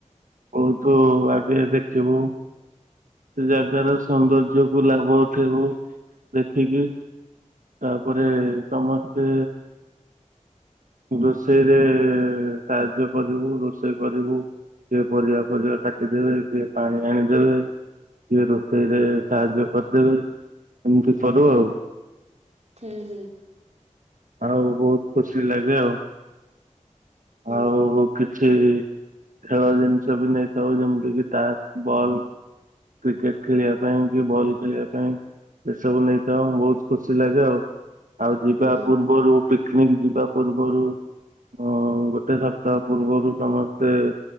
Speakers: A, on the right; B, on the right.
A: ବହୁତୁ ଆଗେରେ ଦେଖିବୁ। ସେ ଜାଗାର ସୌନ୍ଦର୍ଯ୍ୟକୁ ଲାଭ ଉଠେଇବୁ ଦେଖିକି। ତାପରେ ସମସ୍ତେ ରୋଷେଇରେ କାର୍ଯ୍ୟ କରିବୁ ରୋଷେଇ କରିବୁ। କିଏ ପରିବା ଫରିବା କାଟିଦେବେ କିଏ ପାଣି ଆଣିଦେବେ କିଏ ରୋଷେଇରେ ସାହାଯ୍ୟ କରିଦେବେ ଏମିତି କରୁ ଆଉ।
B: ହୁଁ ହୁଁ
A: ଆଉ ବହୁତ ଖୁସି ଲାଗେ ଆଉ।
B: ହୁଁ
A: ଆଉ କିଛି ଖେଳ ଜିନିଷ ବି ନେଇଥାଉ ଯେମିତି କି ତାସ୍ ବଲ୍। କ୍ରିକେଟ ଖେଳିବା ପାଇଁ କି ବଲ୍ ଖେଳିବା ପାଇଁ ଏସବୁ ନେଇଥାଉ ବହୁତ୍ ଖୁସି ଲାଗେ ଆଉ। ଆଉ ଯିବା
B: ହୁଁ
A: ପୂର୍ବରୁ ପିକ୍ନିକ୍‌ ଯିବା ପୂର୍ବରୁ ଅ ଗୋଟେ ସପ୍ତାହ ପୂର୍ବରୁ ସମସ୍ତେ